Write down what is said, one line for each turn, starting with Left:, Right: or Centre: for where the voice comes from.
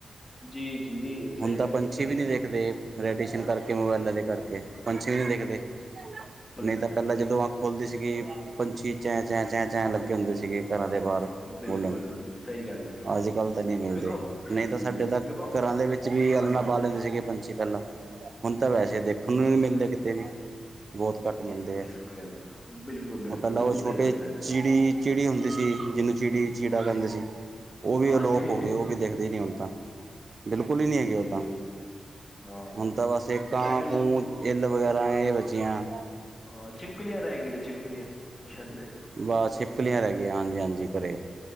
Left: ਜੀ ਜੀ ਸਹੀ
Right: ਹੁਨ ਤਾਂ
Left: ਕਹਿੰਦੇ
Right: ਪੰਛੀ
Left: ਵੈਸੇ
Right: ਵੀ ਨੀ ਦਿਖਦੇ। ਰੇਡੀਏਸ਼ਨ ਕਰਕੇ ਮੋਬਾਇਲਾਂ ਦੇ ਕਰਕੇ ਪੰਛੀ ਵੀ ਨੀ ਦਿਖਦੇ।
Left: ਬਿਲਕੁਲ
Right: ਨਹੀਂ ਤਾਂ ਪੈਲਾਂ ਜਦੋਂ ਅੱਖ ਖੁਲਦੀ ਸੀਗੀ ਪੰਛੀ ਚੈ, ਚੈ, ਚੈ ਲੱਗੇ ਹੁੰਦੇ ਸੀਗੇ ਘਰਾਂ ਦੇ ਬਾਹਰ।
Left: ਬਿਲਕੁਲ
Right: ਬੋਲਣ
Left: ਸਹੀ ਕਹਿੰਦੇ ਪਏ ਹੋ
Right: ਅੱਜ ਕੱਲ ਤਾਂ ਨੀ ਮਿਲਦੇ
Left: ਵੇਖੋ ਹਮ
Right: ਨੀ ਤਾਂ ਸਾਡੇ ਤਾਂ
Left: ਵੇਖੋ
Right: ਘਰਾਂ ਦੇ ਵਿੱਚ ਵੀ ਅਲਣਾ
Left: ਹਾਂਜੀ
Right: ਪਾ ਲੈਂਦੇ ਸੀਗੇ ਪੰਛੀ ਪੈਲਾਂ। ਹੁਨ ਤਾਂ ਵੈਸੇ ਦੇਖਣ ਨੂੰ ਨੀ ਮਿਲਦੇ ਕਿਤੇ ਵੀ। ਬੋਤ ਘੱਟ ਮਿਲਦੇ
Left: ਜੀ ਜੀ
Right: ਐ
Left: ਸਹੀ ਕਹਿੰਦੇ ਬਿਲਕੁਲ ਬਿਲਕੁਲ
Right: ਉਹ ਪੈਲਾਂ
Left: ਬਿਲਕੁਲ
Right: ਓ ਛੋਟੇ
Left: ਸਹੀ ਕਹਿੰਦੇ ਪਏ
Right: ਚਿੜੀ।
Left: ਹੋ
Right: ਚਿੜੀ ਹੁੰਦੀ ਸੀ ਜਿਨੂੰ ਚਿੜੀ ਚਿੜਾ ਕਹਿੰਦੇ ਸੀ। ਓ ਵੀ
Left: ਹਾਂਜੀ
Right: ਅਲੋਪ ਹੋਗੇ ਓ ਵੀ ਦਿਖਦੇ ਨੀ ਹੁਨ ਤਾਂ ਬਿਲਕੁਲ
Left: ਜੀ
Right: ਈ ਨੀ ਹੈਗੇ
Left: ਜੀ
Right: ਓ ਤਾਂ।
Left: ਹਾਂ
Right: ਹੁਨ ਤਾਂ ਬਸ ਏ ਕਾਂ
Left: ਡਰੈਗਨ
Right: ਕੂੰ ਇਲ ਵਗੈਰਾ ਏ ਬਚੀਆਂ।
Left: ਅ ਛਿੱਪਕਲੀਆਂ ਰੈ ਗਈਆਂ ਨੇ ਛਿੱਪਕਲੀਆਂ ਕੈਦੇ।
Right: ਵਾ ਛਿਪਕਲੀਆਂ ਰੈ ਗਈਆਂ ਹਾਂਜੀ, ਹਾਂਜੀ ਘਰੇ